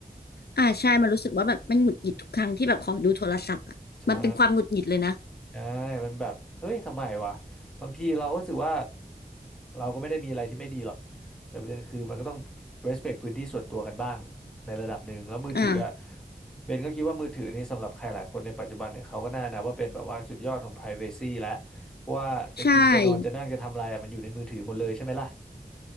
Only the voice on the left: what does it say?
อ่าใช่มันรู้สึกว่าแบบมันหงุดหงิดทุกครั้งที่แบบขอดูโทรศัพท์อ่ะมันเป็นความหงุดหงิดเลยนะ
อ่า
ใช่